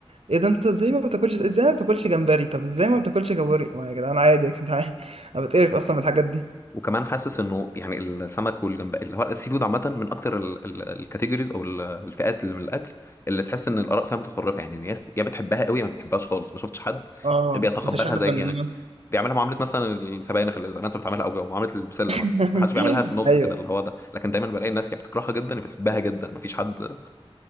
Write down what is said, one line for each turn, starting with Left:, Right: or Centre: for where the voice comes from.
Right: ايه ده انت ازاي ما بتاكلش ازاي ما بتاكلش جمبري طب ازاي ما بتاكلش كابوري ما يا جدعان عادي يا جدعان <laughs> انا بتقرف اصلا من الحاجات دي
Left: وكمان حاسس انه يعني السمك والجمبري اللي هو السي فود عامه من اكتر ال- ال- الكاتيجوريز او ال- الفئات اللي من الاكل اللي تحس ان الاراء فيها متطرفه يعني الناس يا بتحبها قوي يا ما بتحبهاش خالص ما شفتش حد
Right: اه
Left: بيتقبلها
Right: مفيش حد
Left: زي
Right: في
Left: يعني
Right: النص
Left: بيعملها معامله مثلا السبانخ اللي زي ما انت بتعملها او معامله البسله
Right: <laughs>
Left: مثلا ما حدش بيعملها في النص
Right: ايوه
Left: كده اللي هو ده لكن دايما بلاقي الناس يا بتكرهها جدا يا بتحبها جدا ما فيش حد